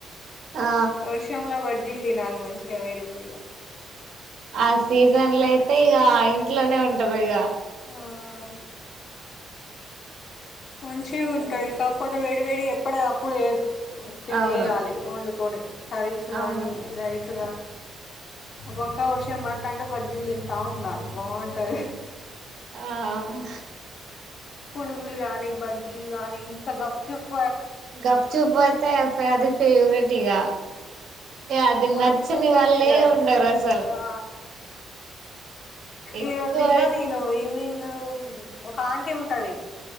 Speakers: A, on the right; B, on the left.
A: ఆ
B: వర్షంలా బడి. జిల్ది నాలుగు మంచిగా వేడి వేడిగా.
A: ఆహ్ సీజన్ లో అయితే ఇగా ఆహ్ ఇంట్లోనే ఉంటారు ఇగా.
B: ఆహ్ మంచిగుంటది కాకపోతే వేడి వేడిగా ఎప్పుడదప్పుడు. తినేయ్యాలి
A: అవును
B: వండు. పోనీ. కర్రీస్
A: అవును
B: గాని రైస్. బాగా వర్షం పడుతంటే బజ్జీలు తింటా ఉండాలి బాగుంటది.
A: ఆహ్.
B: పునుగులు కానీ. లే బజ్జీలు గనీ ఇంకా గప్చుప్.
A: గప్చుపు అయితే అది ఫేవరెట్ ఇగ అది
B: మస్తు
A: నచ్చని
B: ఉంటది
A: వాళ్ళే
B: ఇగ
A: ఉండరు అసలు.
B: ఆ
A: ఎక్కువ
B: ఈరోజు తిన్న
A: అయితే
B: నేను ఈవినింగ్. ఒక ఆంటీ ఉంటది.